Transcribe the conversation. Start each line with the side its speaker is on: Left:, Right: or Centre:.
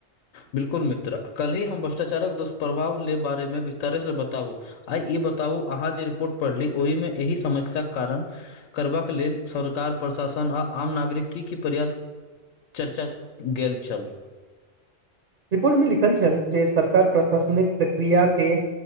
Left: बिल्कुल मित्र काल्हि हम भ्रष्टाचारक दुष्प्रभाव ले बारे मे विस्तारेसँ बताउ आइ ई बताउ अहाँ जे रिपोर्ट पढ़ली ओहिमे एहि समस्याक कारण करबाक लेल सरकार प्रशासन आ आम नागरिक कि कि प्रयास चर्चा गेल छल
Right: रिपोर्ट मे लिखल छल जे सरकार प्रशासनिक प्रक्रिया के